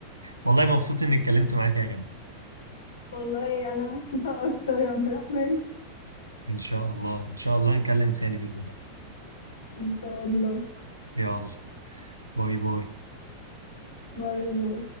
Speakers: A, on the right (about 85°); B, on the left (about 70°).
A: والله مبسوط إني اتكلمت معاك يا جنة
B: والله انا مبسوطة اكتر يا عبد الرحمن
A: إن شاء الله إن شاء الله نكلم تاني بإذن الله
B: ان شاء الله
A: يلا باي باي
B: باي باي